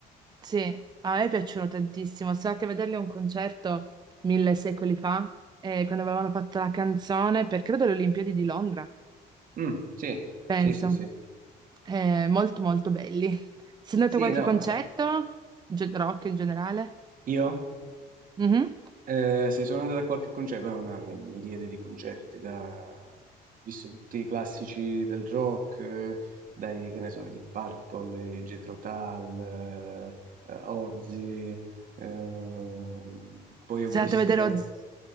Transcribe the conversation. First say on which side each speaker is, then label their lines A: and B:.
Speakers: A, on the right; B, on the right.
A: sì, a me piacciono tantissimo. Sono andata a vederli a un concerto mille secoli fa, eh, quando avevano fatto la canzone per, credo, le Olimpiadi di Londra.
B: Mm, sì,
A: penso.
B: sì, sì, sì.
A: Eh, molto molto belli. Sei andato
B: Sì,
A: a qualche
B: no,
A: concerto?
B: eh,
A: Ge- rock in generale?
B: io?
A: Mhm.
B: Eh, se sono andato a qualche concerto, beh, ma mi mi riede di concerti, da... ho visto tutti i classici del rock, eh, dai, che ne so, di Purple, eh, Jethro Tull, eh, eh, Ozzy, ehm, poi ho
A: Sei
B: visto
A: andato a vedere Oz...